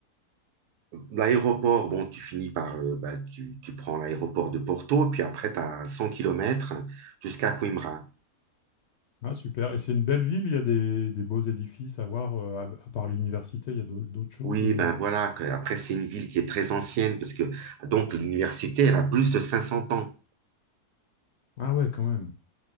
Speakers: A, on the right; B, on the left.
A: L'aéroport, bon, tu finis par, euh, bah, tu, tu prends l'aéroport de Porto, puis après, tu as 100 kilomètres jusqu'à Coimbra.
B: ah, super. Et c'est une belle ville, il y a des, des beaux édifices à voir, euh, à, à part l'université, il y a d'au- d'autres choses
A: Oui,
B: ou...
A: ben voilà, que- après c'est une ville qui est très ancienne, parce que donc l'université, elle a plus de 500 ans.
B: Ah ouais, quand même.